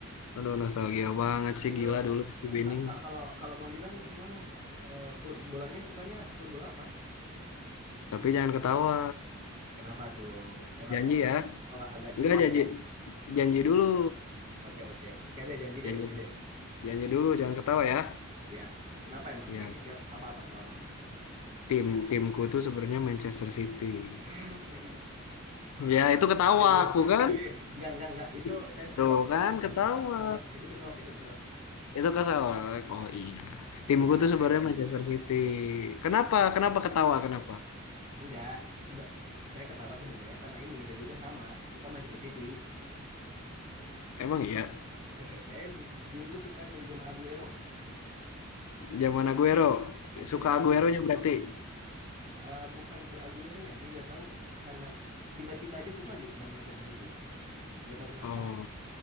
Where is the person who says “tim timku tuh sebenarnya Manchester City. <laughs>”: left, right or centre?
Left